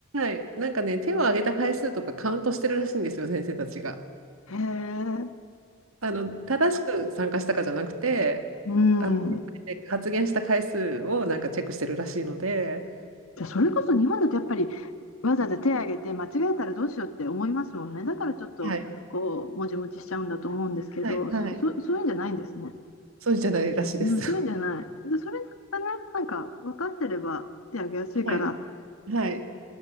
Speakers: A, on the right; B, on the left.
A: い。なんかね、手を挙げた回数とかカウントしてるらしいんですよ、先生たちが。
B: へえ。
A: あの、正しく参加したかじゃなくて、
B: うん。
A: あで発言した回数をなんかチェックしてるらしいので、
B: じゃあそれこそ日本だとやっぱりわざわざ手挙げて間違えたらどうしようって思いますもんね。だからちょっとこう、
A: はい、
B: もちもちしちゃうんだと思うんですけど、
A: はい、はい、
B: そ、そ、そういうんじゃないんですね。
A: そうじゃないらしいです。
B: うん、そういうんじゃない。で、それがね、なんか分かってれば手挙げやすいから、
A: <laughs> はい、はい。